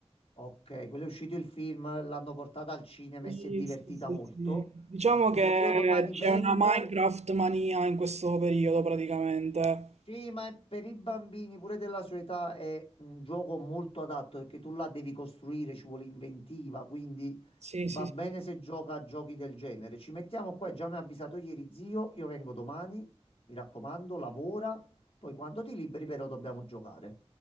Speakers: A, on the left (about 55°); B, on the right (about 80°).
A: Ok, quello è uscito il film, l'hanno portata al cinema
B: Sì,
A: e si è divertita
B: sì, sì,
A: molto.
B: sì. Diciamo
A: Eh,
B: che
A: io domani
B: c'è
A: vengo.
B: una Minecraft mania in questo periodo praticamente.
A: Sì, ma per i bambini pure della sua età è un gioco molto adatto perché tu la devi costruire, ci vuole inventiva, quindi
B: Sì,
A: va
B: sì, sì.
A: bene se gioca a giochi del genere. Ci mettiamo qua, già mi ha avvisato ieri zio, io vengo domani, mi raccomando, lavora, poi quando ti liberi però dobbiamo giocare.